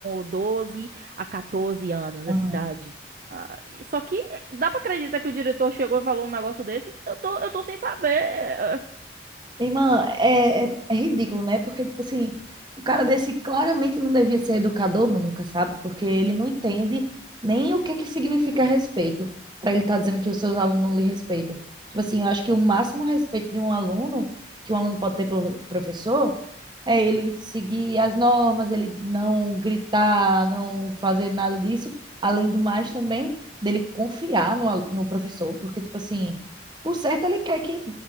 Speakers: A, on the right (about 45°); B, on the right (about 25°).
A: 12 a 14 anos,
B: aham.
A: essa idade. Ah, e- só que é, dá pra acreditar que o diretor chegou e falou um negócio desse? Eu tô, eu tô sem saber.
B: Irmã, é, é, é ridículo, né? Porque, tipo assim, o cara desse claramente não devia ser educador nunca, sabe? Porque ele não entende nem o que que significa respeito, para ele estar dizendo que os seus alunos não lhe respeitam. Tipo assim, eu acho que o máximo respeito de um aluno, que um aluno pode ter pelo professor, é ele seguir as normas, ele não gritar, não fazer nada disso. Além do mais, também, dele confiar no, alu- no professor, porque, tipo assim, por certo, ele quer que